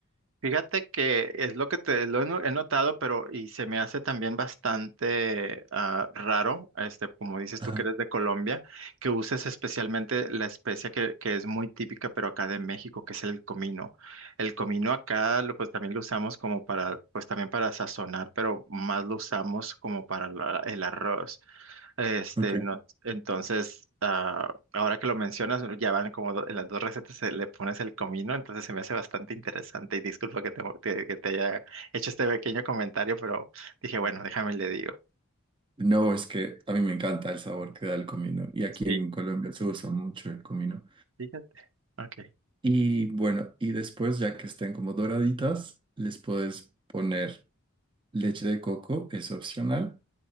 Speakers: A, on the right; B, on the right.
A: Fíjate que es lo que te lo he no- he notado, pero y se me hace también bastante ah, raro, este, como dices
B: Ah,
A: tú que eres de Colombia, que uses especialmente la especia que, que es muy típica, pero acá de México, que es el comino. El comino acá, lo, pues también lo usamos como para, pues también para sazonar, pero más lo usamos como para la- el arroz. Este,
B: ok.
A: no, entonces, ah, ahora que lo mencionas, ya van como do- en las dos recetas se le pones el comino, entonces se me hace bastante interesante y disculpa que te, que que te haya hecho este pequeño comentario, pero dije, bueno, déjame y le digo.
B: No, es que a mí me encanta el sabor que da el comino y aquí
A: Sí,
B: en Colombia se usa mucho el comino.
A: fíjate. Ok.
B: Y bueno, y después ya que estén como doraditas, les puedes poner leche de coco, es opcional,